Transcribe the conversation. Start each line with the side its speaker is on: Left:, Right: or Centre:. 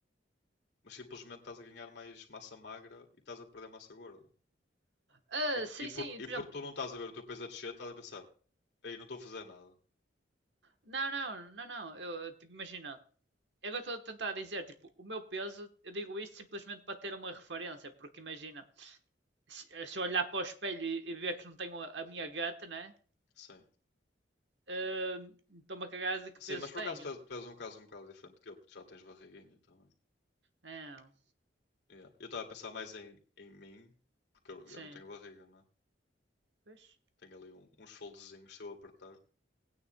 Left: mas simplesmente estás a ganhar mais massa magra e estás a perder massa gorda.
Right: Ah,
Left: E,
Right: sim,
Left: e,
Right: sim,
Left: por, e
Right: por exemplo,
Left: por tu não estás a ver o teu peso a descer, estás a pensar, aí não estou a fazer nada.
Right: não, não, não, não, eu, tipo, imagina, eu estou a tentar dizer, tipo, o meu peso, eu digo isto simplesmente para ter uma referência, porque imagina, se, eh, se eu olhar para o espelho e, e ver que não tenho a, a minha gata, né,
Left: Sim.
Right: ah, estou-me a cagar de que peso
Left: Sim, mas por
Right: tenho,
Left: acaso tu és, tu és um caso um bocado diferente que eu, porque tu já tens barriguinha também.
Right: não,
Left: Yeah. Eu estava a pensar mais em, em mim, porque eu,
Right: sim,
Left: eu não tenho barriga, não é?
Right: pois,
Left: Tenho ali um- uns foldezinhos se eu apertar,